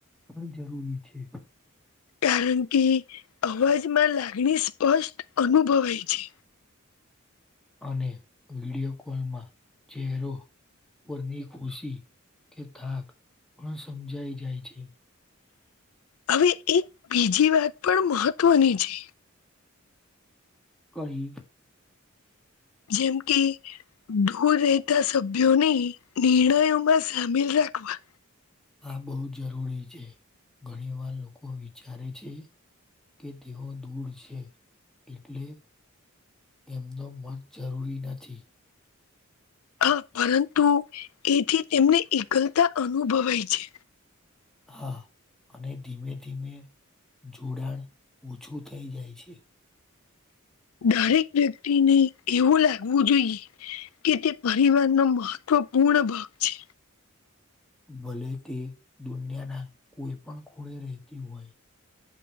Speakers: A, in the centre; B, on the left (about 85°).
A: પણ જરૂરી છે.
B: કારણ કે અવાજમાં લાગણી સ્પષ્ટ અનુભવાય છે.
A: અને વિડિયો કોલમાં ચહેરો. પરની ખુશી કે થાક પણ સમજાઈ જાય છે.
B: હવે એક બીજી વાત પણ મહત્વની છે.
A: કહી.
B: જેમ કે. દૂર રહેતા સભ્યોની નિર્ણયોમાં સામેલ રાખવા.
A: આ બહુ જરૂરી છે ઘણીવાર લોકો વિચારે છે. કે તેઓ દૂર છે એટલે એમનો મત જરૂરી નથી.
B: હા પરંતુ એથી તેમને એકલતા અનુભવાય છે.
A: હા અને. ધીમે ધીમે જોડાણ ઓછું થઈ જાય છે.
B: દરેક વ્યકત. તે ની એવું લાગવું જોઈએ કે તે પરિવાર નો મહત્વપૂર્ણ ભાગ છે.
A: ભલે તે દુનિયાના કોઈ પણ ખૂણે રહેતી હોય.